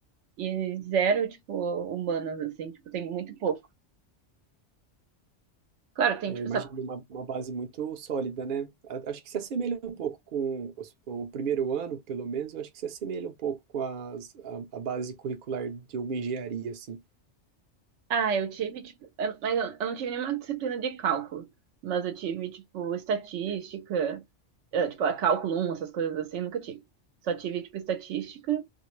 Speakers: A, on the right; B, on the right.
A: e zero, tipo, humanas, assim. Tipo, tem muito pouco. Claro, tem,
B: É,
A: tipo,
B: eu imagino
A: essa...
B: uma, uma base muito sólida, né? A- Acho que se assemelha um pouco com os- o primeiro ano, pelo menos, eu acho que se assemelha um pouco com as- a, a base curricular de uma engenharia, assim.
A: Ah, eu tive, tipo... eu- Mas eu eu não tive nenhuma disciplina de cálculo. Mas eu tive, tipo, estatística, eh, tipo, a cálculo um essas coisas assim, eu nunca tive. Só tive, tipo, estatística